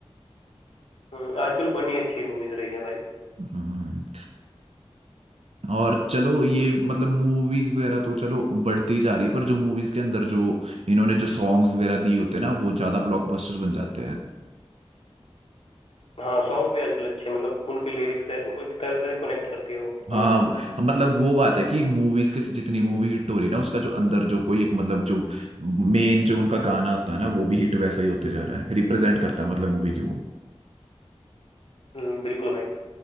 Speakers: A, on the left; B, on the right.
A: हम्म, आजकल बनी अच्छी मूवीज रही है भाई
B: हम्म और चलो ये मतलब मूवीज वगैरह तो चलो बढ़ती जा रही है पर जो मूवीज के अंदर जो इन्होंने जो सॉन्ग्स वगैरह दिए होते हैं ना वो ज्यादा ब्लॉकबस्टर बन जाते हैं
A: हाँ सॉन्ग्स भी आजकल अच्छे हैं मतलब उनकी लिरिक्स है तो वो एक तरह से कनेक्ट करती है वो
B: हाँ
A: हमें
B: वो- मतलब वो बात है कि मूवीज के जितनी मूवी हिट हो रही है ना उसका जो अंदर जो कोई एक मतलब जो मेन जो उनका गाना होता है ना वो भी हिट वैसा ही होते जा रहा है रिप्रेजेंट करता है मतलब मूवी की वो
A: हम्म, बिल्कुल भाई